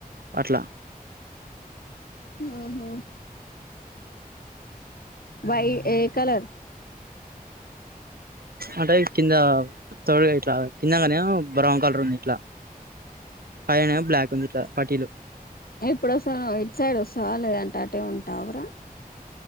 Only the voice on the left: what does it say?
ఆహా వయి ఎ కలర్
ఇప్పుడు వసానవ్ ఇట్ సైడ్ వస్తావ లేద అటే ఉంటావరా